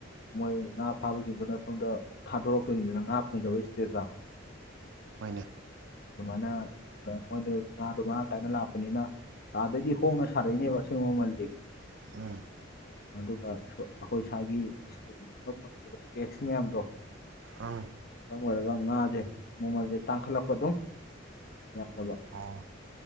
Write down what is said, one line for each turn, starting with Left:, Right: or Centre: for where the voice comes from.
Left: ꯃꯣꯏ ꯉꯥ ꯐꯥꯕꯁꯤꯡꯗꯨꯅ ꯁꯣꯝꯗ ꯊꯥꯗꯣꯔꯛꯇꯣꯏꯅꯤꯗꯅ ꯉꯥ ꯐꯪꯖꯕ ꯁ꯭ꯇꯦꯠꯇ
Right: ꯍꯣꯏꯅꯦ
Left: ꯑꯗꯨꯃꯥꯏꯅ ꯃꯣꯏꯅ ꯉꯥꯗꯣ ꯃꯔꯥꯡ ꯀꯥꯏꯅ ꯂꯥꯛꯄꯅꯤꯅ ꯑꯗꯩꯗꯤ ꯍꯣꯡꯅ ꯁꯥꯔꯛꯏꯅꯦꯕ ꯑꯁꯦꯡꯕ ꯃꯃꯜꯗꯤ
Right: ꯎꯝ
Left: ꯑꯗꯨꯒ ꯑꯈꯣꯏ ꯑꯁꯥꯏꯒꯤ ꯁ꯭ꯇꯦꯠ ꯍꯣꯠꯅꯕꯗ ꯇꯦꯛꯁ ꯃꯌꯥꯝꯗꯣ
Right: ꯑꯪ
Left: ꯃꯔꯝ ꯑꯣꯏꯔꯒ ꯉꯥꯁꯦ ꯃꯃꯜꯁꯦ ꯇꯥꯡꯈꯠꯂꯛꯄ ꯑꯗꯨꯝ ꯌꯥꯗꯕ
Right: ꯑꯣ